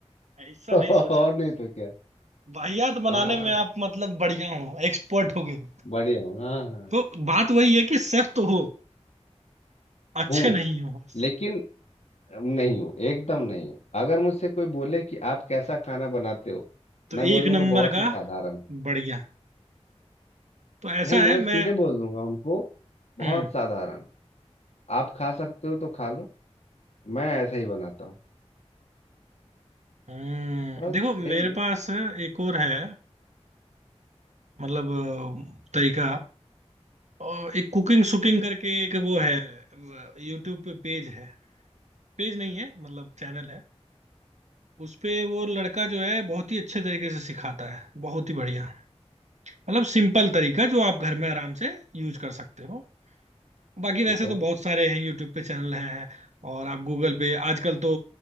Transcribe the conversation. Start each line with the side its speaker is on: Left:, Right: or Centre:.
Right: ऐसा
Left: और
Right: नहीं सोचा था।
Left: नहीं तो क्या
Right: वाहियात बनाने
Left: हाँ
Right: में आप मतलब बढ़िया हो एक्सपर्ट हो गए हो
Left: बढ़िया हूँ हाँ हाँ
Right: तो बात वही है कि सिर्फ तो हो अच्छे
Left: हूँ
Right: नहीं हो बस
Left: लेकिन नहीं हूँ एकदम नहीं हूँ अगर मुझसे कोई बोले कि आप कैसा खाना बनाते हो
Right: तो
Left: मैं बोलूंगा
Right: एक नंबर
Left: बहुत
Right: का
Left: ही साधारण
Right: बढ़िया तो ऐसा
Left: नहीं मैं
Right: है मैं
Left: सीधे बोल दूंगा उनको बहुत
Right: हम्म,
Left: साधारण आप खा सकते हो तो खा लो मैं ऐसे ही बनाता हूँ
Right: हम्म,
Left: बस
Right: देखो मेरे
Left: यही है
Right: पास एक और है मतलब अ, तरीका और एक कुकिंग सुकिंग करके एक वो है यूट्यूब पे पेज है पेज नहीं है मतलब चैनल है उस पे वो लड़का जो है बहुत ही अच्छे तरीके से सिखाता है बहुत ही बढ़िया मतलब सिंपल तरीका जो आप घर में आराम से यूज कर सकते हो बाकी वैसे
Left: ठीक है
Right: तो बहुत सारे हैं यूट्यूब पे चैनल हैं और आप गूगल पे आजकल तो